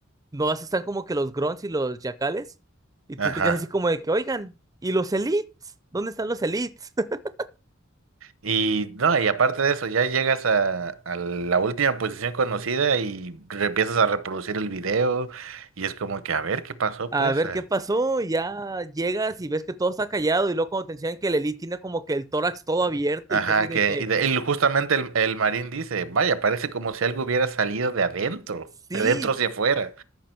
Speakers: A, on the right (about 15°); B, on the right (about 70°).
A: nomás están como que los grunts y los yacales, y tú
B: Ajá.
A: te quedas así como de que, oigan, ¿y los elites? ¿Dónde están los elites? <laughs>
B: Y no, y aparte de eso, ya llegas a, a la última posición conocida y re- empiezas a reproducir el video y es como que a ver qué pasó,
A: A
B: pues.
A: ver
B: a-
A: qué pasó, y ya llegas y ves que todo está callado, y luego cuando te enseñan que el elite tiene como que el tórax todo abierto,
B: Ajá,
A: y tú así de
B: que
A: que,
B: y, de- y justamente el, el marín dice, vaya, parece como si algo hubiera salido de adentro,
A: sí,
B: de adentro hacia afuera,